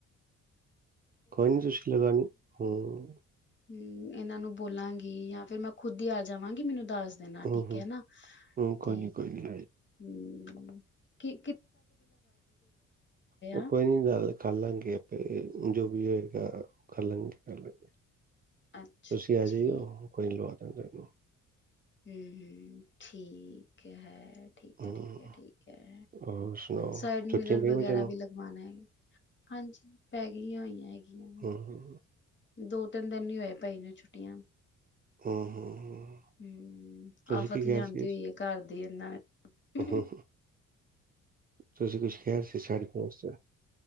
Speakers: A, on the right; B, on the left.
A: ਕੋ ਨੀ ਸੀਸ਼ ਲਗਨੀ ਹਮ
B: ਹਮ ਇਹਨਾਂ ਨੂੰ ਬੋਲਾਂਗੀ ਜਾਂ ਫਿਰ ਮੈਂ ਖੁੱਦ ਆ ਜਾਵਾਂਗੀ ਮੈਨੂੰ ਦੱਸ ਦੇਣਾ
A: ਹੂੰ
B: ਠੀਕ
A: ਹੂੰ
B: ਹੈ ਨਾ
A: ਹੂੰ
B: ਤੇ
A: ਕੋਈ ਨੀ ਕੋਈ ਨੀ
B: ਹਮ ਕੀ
A: ਉਹ
B: ਆ
A: ਕੋਈ ਨੀ ਗਲ ਕਰ ਲਾਂਗੇ ਆਪੇ ਜੋ ਵੀ ਹੈ ਕਰ ਲਾਂਗੇ ਕਰ ਲਗੇ ਤੁਸੀਂ
B: ਅੱਛਾ
A: ਆ ਜਾਈ
B: ਜੀ
A: ਹੋ ਕੋਈ ਲਵਾ ਦਾਗੇ ਅ
B: ਹਮ ਹਮ ਠੀਕ ਹੈ ਠੀਕ
A: ਹੂੰ
B: ਹੈ ਠੀਕ ਹੈ ਠੀਕ ਹੈ
A: ਹੋਰ ਸੁਣਾਓ
B: ਸਾਈਡ
A: ਛੁੱਟੀਆਂ
B: ਮਿਲਰ
A: ਪਈਆਂ
B: ਵਗੈਰਾ
A: ਬੱਚਿਆਂ ਨੂੰ
B: ਵੀ ਲਗਵਾਣਾ ਹੈਗਾ ਹਾਂਜੀ ਪੈ ਗਈਆਂ ਹੋਈਆਂ ਹੈਗੀਆਂ
A: ਹੂੰ
B: ਦੋ ਤਿੰਨ ਦਿਨ ਨ ਹੋਏ ਭਾਈ ਛੁੱਟੀਆਂ
A: ਹੂੰ ਹੂੰ
B: ਹਮ
A: ਤੁਸੀਂ
B: ਆਫ਼ਤ
A: ਕੀ ਕਹਿ
B: ਲਿਆਂਦੀ
A: ਰਹੇ
B: ਹੋਈ
A: ਸੀ
B: ਹੈ ਘਰ ਦੀ ਇਹਨਾਂ ਨੇ
A: ਹੂੰ, ਤੁਸੀਂ ਕੁਛ ਕਿਹਾ ਸੀ ਸਾਡਸ